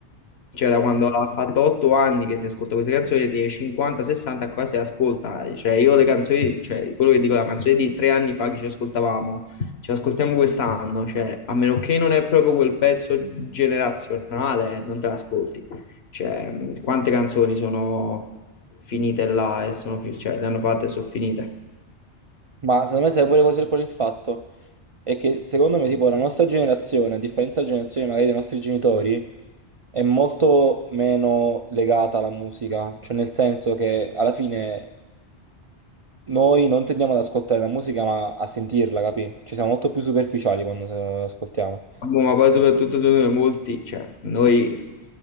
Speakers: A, on the left; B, on the right.
A: cioè da quando ha fatto 8 anni che si ascolta queste canzoni, di 50-60 qua si ascolta, cioè io le canzoni, cioè quello che dico, la canzone di tre anni fa che ci ascoltavamo, ci ascoltiamo quest'anno, cioè a meno che non è proprio quel pezzo generazionale, eh, non te l'ascolti. Cioè, mh, quante canzoni sono finite là e sono fi- cioè, le hanno fatte e sono finite.
B: Ma secondo me sai pure cos'è qual è il fatto? È che secondo me tipo la nostra generazione, a differenza della generazione magari dei nostri genitori, è molto meno legata alla musica, cioè nel senso che alla fine Noi non tendiamo ad ascoltare la musica, ma a sentirla, capì? Ci siamo molto più superficiali quando eh, ascoltiamo.
A: Boh, Ma poi soprattutto secondo me molti, cioè noi,